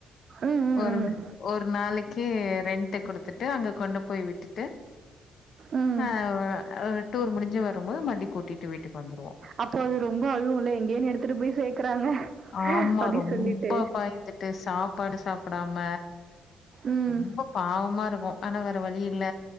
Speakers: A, on the right; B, on the left.
A: ம், ம்,
B: ஒரு
A: ம்.
B: ஒரு நாளைக்கு ரெண்ட் குடுத்துட்டு அங்க கொண்டு போய் விட்டுட்டு
A: ம்.
B: ஆ டூர் முடிஞ்சு வரும்போது மருப்டி கூட்டிட்டு வீட்டுக்கு வந்துடுவோம்
A: அப்போ அது ரொம்ப அழுவும் இல்ல எங்கேன்னு எடுத்துட்டு போய் சேர்க்கறாங்க
B: ஆமா
A: அப்டி
B: ரொம்ப
A: சொல்லிட்டு.
B: பயந்து ட்டு சாப்பாடு சாப்படாம
A: ம்.
B: ரொம்ப பாவமா இருக்கும் ஆனா வழி இல்ல